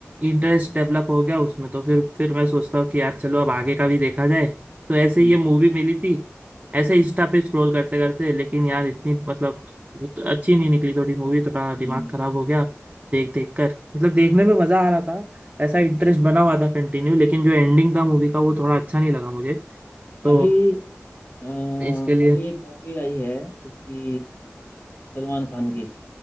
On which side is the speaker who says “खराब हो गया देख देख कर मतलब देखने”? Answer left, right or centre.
Right